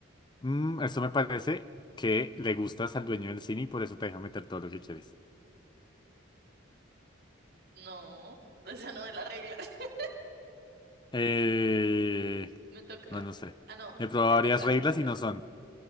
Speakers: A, on the left; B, on the right.
A: Mm, eso me parece que le gustas al dueño del cine y por eso te deja meter todo lo que quieres.
B: No, <laughs> esa no es la regla. <laughs>
A: Eh,
B: Me toca.
A: no, no sé.
B: Ah, no,
A: He probado
B: te
A: varias
B: toca,
A: reglas
B: te toca.
A: y no son.